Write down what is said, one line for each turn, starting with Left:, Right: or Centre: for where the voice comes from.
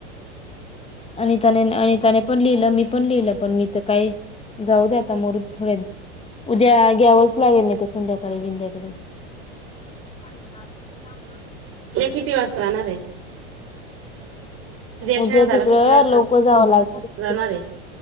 Left: आणिनिताने अनिताने पण लिहिलं मी पण लिहिलं पण मी तर काय जाऊ द आता मरद थोड्या उद्या घ्यावंच लागेल नाही तर संध्याकाळी बिंध्याकडे पाणी द उ रावत
Right: उद्या किती वाजता राहणार आहे
Left: उद्या
Right: शहादाला
Left: तिकडं
Right: किती वाजता
Left: लोक जावं लागत
Right: जाणार आहे